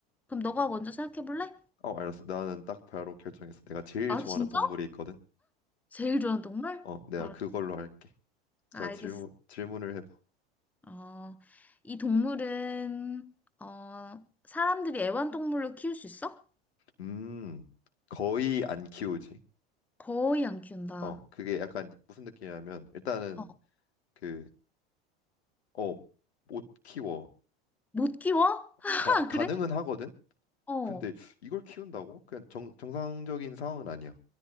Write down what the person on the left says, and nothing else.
어, 알았어. 나는 딱 바로 결정했어. 내가 제일
좋아하는
동물이 있거든.
어, 내가
그걸로 할게. 자,
질문 질문을 해봐.
음, 거의 안 키우지.
어, 그게 약간 무슨 느낌이냐면, 일단은
그, 어, 못 키워.
가, 가능은
하거든?
근데 이걸 키운다고? 그냥 정, 정상적인 상황은 아니야.